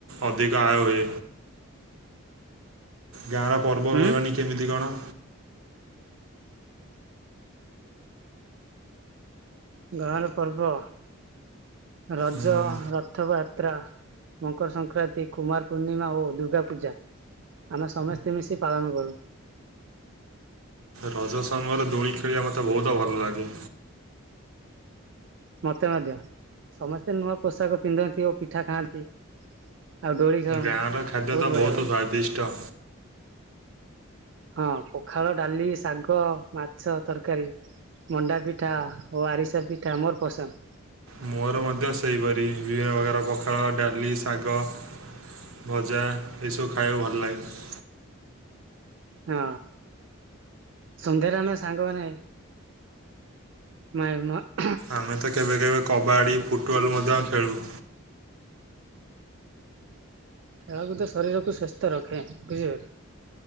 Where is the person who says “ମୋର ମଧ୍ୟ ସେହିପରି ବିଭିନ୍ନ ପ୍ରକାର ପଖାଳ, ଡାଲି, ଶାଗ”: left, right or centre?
Right